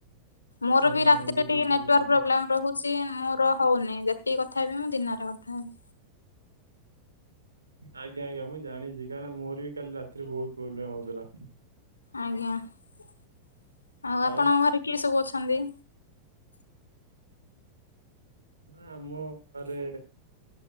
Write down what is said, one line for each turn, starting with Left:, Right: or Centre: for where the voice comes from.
Left: ମୋର
Right: ହୁଁ
Left: ବି ରାତିରେ
Right: ହୁଁ ବୁଝୁଛି
Left: ବି ଟିକେ ନେଟୱାର୍କ
Right: ବୁଝୁଛି।
Left: ପ୍ରୋବେଲମ ରହୁଛି। ସେ ମୋର ହଉନି ଯେତିକି କଥା ହେବି ମୁଁ ଦିନରେ କଥା ହେବି।
Right: ଆଜ୍ଞା ଆଜ୍ଞା ମୁଁ ଜାଣିଛି କାହିକିନା ମୋର ବି କାଲି ରାତିରେ ବହୁତ ପ୍ରୋବ୍ଲେମ ହଉଥିଲା।
Left: ଆଜ୍ଞା ଆଉ ଆପଣଙ୍କ
Right: ଆଉ
Left: ଘରେ କିଏ ସବୁ ଅଛନ୍ତି!
Right: ନା ଆମ ଘରେ